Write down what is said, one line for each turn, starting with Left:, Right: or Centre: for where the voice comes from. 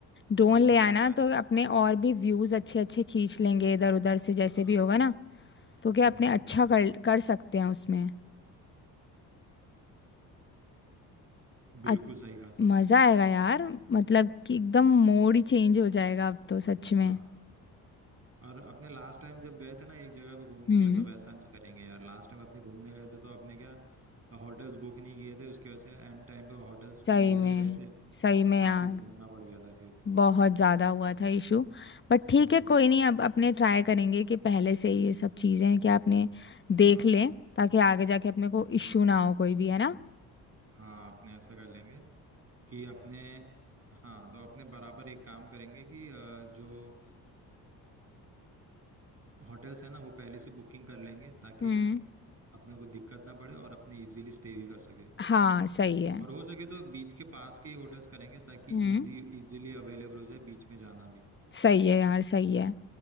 Left: ड्रोन
Right: तो अपने
Left: ले आना
Right: बहुत सारे
Left: तो अपने और भी व्यूज अच्छे अच्छे खींच लेंगे इधर उधर से जैसे
Right: हाँ
Left: भी होगा
Right: हाँ
Left: ना तो क्या
Right: हम्म
Left: अपने अच्छा कर कर सकते हैं उसमें
Right: बिल्कुल
Left: अच-
Right: सही कहा तूने
Left: मजा आएगा यार मतलब कि एकदम मूड ही चेंज हो जाएगा अब तो सच में
Right: हाँ और अपने लास्ट टाइम जब गए थे ना एक जगह पे घूमने
Left: हम्म
Right: के लिए तो वैसा नहीं करेंगे यार लास्ट टाइम अपने घूमने गए थे तो अपने क्या होटल्स बुक नहीं किए थे उसकी वजह से एंड टाइम पे होटल्स
Left: सही
Right: मिल
Left: में
Right: नहीं रहे थे
Left: सही
Right: और
Left: में
Right: काफी
Left: यार
Right: घूमना पड़ गया था फिर
Left: बहुत ज़्यादा हुआ था इशू बट ठीक
Right: हम्म,
Left: है कोई नहीं अब अपने ट्राई करेंगे कि पहले से ही ये सब चीज़ें हैं कि आपने देख
Right: हाँ
Left: लें ताकि आगे जाके अपने को इशू ना हो कोई भी है ना
Right: हाँ अपने ऐसा कर लेंगे कि अपने हाँ तो अपने बराबर एक काम करेंगे कि अ, जो होटल्स है ना वो पहले से बुकिंग कर लेंगे ताकि
Left: हम्म
Right: अपने को दिक्कत ना पड़े और अपने इजीली स्टे भी कर सके
Left: हाँ सही है
Right: और हो सके तो बीच के पास के ही होटल्स करेंगे ताकि
Left: हम्म
Right: इजी इजीली अवेलेबल हो जाए बीच में जाना भी
Left: सही है यार सही है